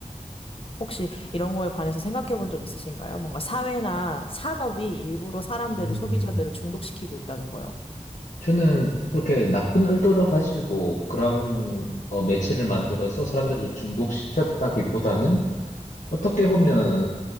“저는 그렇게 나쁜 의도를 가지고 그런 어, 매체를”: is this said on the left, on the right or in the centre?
Left